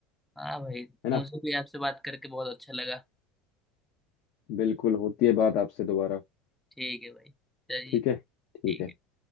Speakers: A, in the centre; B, on the left.
A: हाँ भाई
B: है ना
A: मुझे भी आपसे बात करके बहुत अच्छा लगा
B: बिल्कुल होती है बात आपसे दोबारा
A: ठीक है भाई चलिए
B: ठीक है ठीक
A: ठीक
B: है
A: है